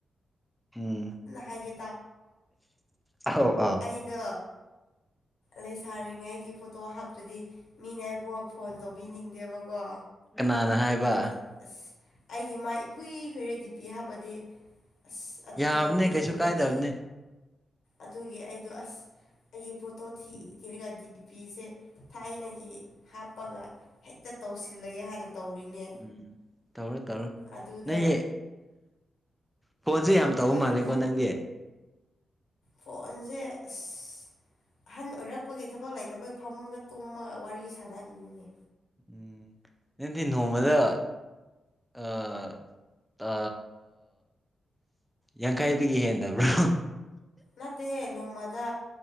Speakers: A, in the centre; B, on the left (about 85°).
A: ꯎꯝ
B: ꯍꯥꯏꯒꯦ
A: ꯑꯁ ꯑꯧ ꯑꯧ
B: ꯏꯗꯣ ꯂꯩꯁꯥꯔꯤꯉꯩꯒꯤ ꯐꯣꯇꯣ ꯍꯥꯞꯇ꯭ꯔꯗꯤ ꯃꯤꯅ ꯑꯩꯕꯣ ꯐꯣꯟ ꯇꯧꯕꯤꯅꯤꯡꯗꯦꯕꯀꯣ
A: ꯀꯅꯥꯅ ꯍꯥꯏꯕ
B: ꯑꯗ ꯑꯁ ꯑꯩꯒꯤ ꯃꯥꯏ ꯏꯈꯨꯢ ꯈꯨꯢꯔ ꯗꯤꯄꯤ ꯍꯥꯞꯄꯗꯤ ꯑꯁ ꯑꯗꯨꯒꯤ
A: ꯌꯥꯕꯅꯦ
B: ꯇꯧꯕꯤꯅꯤꯡꯗꯕꯒꯤ
A: ꯀꯩꯁꯨ ꯀꯥꯏꯗꯕꯅꯦ
B: ꯑꯗꯨꯒꯤ ꯑꯩꯗꯣ ꯑꯁ ꯑꯩꯒꯤ ꯐꯣꯠ__ ꯇꯣ ꯊꯤ ꯊꯤꯔꯒ ꯗꯤꯄꯤꯁꯦ ꯊꯥꯏꯅꯒꯤ ꯍꯥꯞꯄꯒ ꯍꯦꯛꯇ ꯇꯧꯁꯤꯜꯂꯒꯦ ꯍꯥꯏꯅ__ ꯇꯧꯔꯤꯅꯦ
A: ꯎꯝ ꯇꯧꯔꯣ ꯇꯧꯔꯣ
B: ꯑꯗꯨꯗ
A: ꯅꯣꯏꯌꯦ ꯐꯣꯟꯖꯦ
B: ꯂꯥꯏꯕꯛ
A: ꯌꯥꯝ ꯇꯧ
B: ꯐꯗꯅ
A: ꯃꯥꯜꯂꯦꯀꯣ ꯅꯪꯗꯤ
B: ꯐꯣꯟꯖꯦ ꯑꯁ ꯑꯍꯟ ꯑꯣꯏꯔꯛꯄꯒꯤ ꯊꯕꯛ ꯂꯩꯇꯕꯩ ꯐꯃꯨꯡꯗ ꯇꯣꯝꯃꯒ ꯋꯥꯔꯤ ꯁꯥꯟꯅꯔꯤꯅꯤꯅꯦ
A: ꯎꯝ ꯅꯪꯗꯤ ꯅꯣꯡꯃꯗ ꯑꯥ ꯇꯥ ꯌꯥꯡꯈꯩꯗꯒꯤ ꯍꯦꯟꯗꯕ꯭ꯔꯣ
B: ꯅꯠꯇꯦꯍꯦ ꯅꯣꯡꯃꯗ